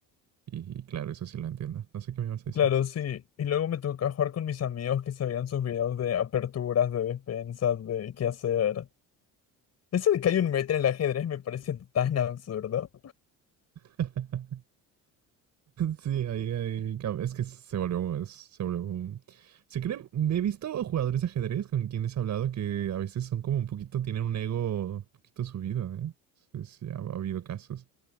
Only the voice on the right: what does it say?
Y, y claro, eso sí lo entiendo. No sé qué me ibas a decir.
<laughs> Sí, ahí, ahí, cab- es que se volvió, es- se volvió. un- Se creen, he visto jugadores de ajedrez con quienes he hablado que a veces son como un poquito, tienen un ego un poquito subido, ¿eh? Sí, sí, ha, ha habido casos.